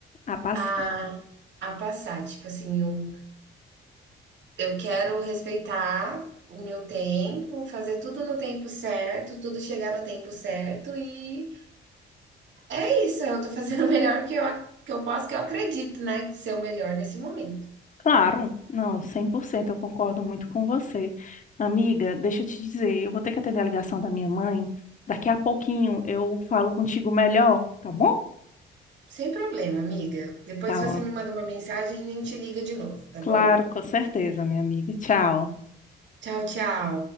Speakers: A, on the left; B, on the right.
A: a
B: a, a passar. Tipo assim, eu, eu quero respeitar o meu tempo, fazer tudo no tempo certo, tudo chegar no tempo certo, e é isso, eu tô fazendo <laughs> o melhor que eu, que eu posso, que eu acredito, né, que ser o melhor nesse momento.
A: Claro, não, 100%, eu concordo muito com você. Amiga, deixa eu te dizer, eu vou ter que atender a ligação da minha mãe. Daqui a pouquinho eu falo contigo melhor, tá bom?
B: Sem problema, amiga. Depois,
A: Tá,
B: se
A: mano.
B: você me manda uma mensagem, a gente liga de novo, tá
A: Claro,
B: bom?
A: com certeza, minha amiga. Tchau.
B: Tchau, tchau.